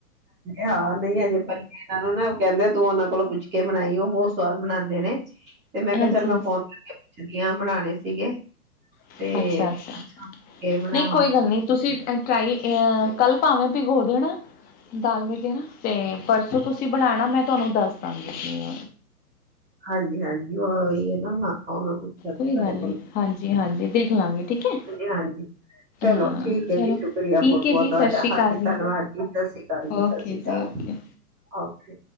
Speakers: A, in the centre; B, on the left.
A: ਹਾਂ ਨਹੀਂ ਹਜੇ। ਇਹਨਾਂ ਨੂੰ ਨਾ ਕਹਿੰਦੇ ਤੂੰ ਉਹਨਾਂ ਕੋਲੋਂ ਪੁੱਛ ਕੇ ਬਣਾਈ ਉਹ ਬਹੁਤ ਸਵਾਦ ਬਣਾਂਦੇ ਨੇ। ਤੇ ਮੈਂ ਕਿਹਾ
B: ਅੱਛਾ
A: ਚੱਲ ਮੈਂ
B: ਅੱਛਾ
A: ਫੋਨ ਕਰਕੇ ਪੁੱਛਦੀ ਹ, ਬਣਾਣੇ ਸੀਗੇ।
B: ਅੱਛਾ
A: ਤੇ
B: ਅੱਛਾ ਅੱਛਾ
A: ਇਹ ਬਣਾਵਾਂਗੀ।
B: ਨਹੀਂ ਕੋਈ ਗੱਲ ਨਹੀਂ ਤੁਸੀਂ ਟਰਾਈ ਕੱਲ੍ਹ ਭਾਵੇਂ ਭਿਗੋ ਦੇਣਾ ਦਾਲ ਵਗੈਰਾ। ਤੇ ਪਰਸੋਂ ਤੁਸੀਂ ਬਣਾਣਾ, ਮੈਂ ਤੁਹਾਨੂੰ ਦੱਸ ਦਵਾਗੀ।
A: ਹਾਂਜੀ ਹਾਂਜੀ ਇਹੀ ਹੈ ਨਾ ਹਾਂ ਉਹ ਪੁੱਛਣਾ ਸੀ
B: ਕੋਈ
A: ਤੁਹਾਡੇ
B: ਗੱਲ ਨਹੀਂ
A: ਕੋਲੋਂ।
B: ਹਾਂਜੀ ਹਾਂਜੀ ਦੇਖ ਲਾਂਗੇ ਠੀਕ ਹੈ।
A: ਹਾਂਜੀ ਚਲੋ
B: ਹਾਂ
A: ਠੀਕ ਹੈ
B: ਚਲੋ
A: ਜੀ ਸ਼ੁਕਰੀਆ
B: ਠੀਕ
A: ਬਹੁਤ
B: ਹੈ
A: ਬਹੁਤ
B: ਜੀ
A: ਤੁਹਾਡਾ
B: ਸਤਿ ਸ਼੍ਰੀ
A: ਹਾਂਜੀ
B: ਅਕਾਲ
A: ਧੰਨਵਾਦ ਜੀ ਸਤਿ ਸ਼੍ਰੀ ਅਕਾਲ, ਜੀ
B: ਓਕੇ
A: ਸਤਿ ਸ਼੍ਰੀ ਅਕਾਲ।
B: ਜੀ Okay
A: okay.